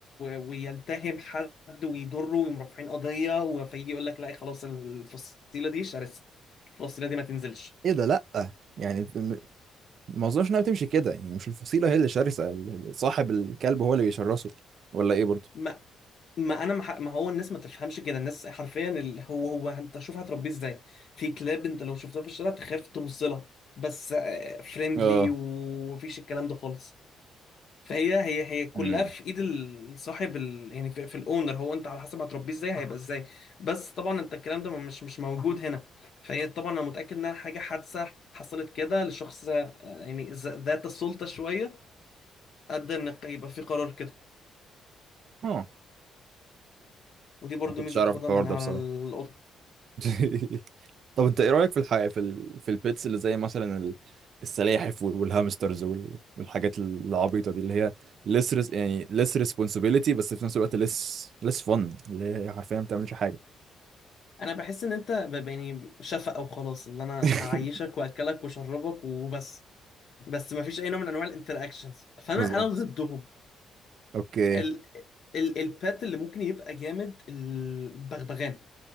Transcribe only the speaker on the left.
ويلتهم حد ويضره ويقوم رافعين قضيه و- فيجي يقول لك لا خلاص الفصيله دي شرسه الفصيله دي ما تنزلش
ما ما انا ما ح- ما هو الناس ما تفهمش كده الناس حرفيا اللي هو هو انت شوف هتربيه ازاي في كلاب انت لو شفتها في الشارع تخاف تبص لها بس فريندلي
ومفيش الكلام ده خالص فهي هي هي كلها
في ايد ال- صاحب ال... يعني في, في الاونر هو انت على حسب هتربيه ازاي هيبقى ازاي بس طبعا انت الكلام ده مش مش موجود هنا فهي طبعا انا متاكد انها حاجه حادثه حصلت كده لشخص آه، يعني ز- ذات السلطه شويه ادى ان يبقى في قرار كده
ودي برضو
ميزه
بتاخدها
من
على
القطط
انا بحس ان انت ب- يعني شفقه وخلاص اللي انا
هعيشك واكلك واشربك وبس بس مفيش اي نوع من انواع الانتراكشنز فانا
انا ضدهم
ال ال البات اللي ممكن يبقى جامد البغبغان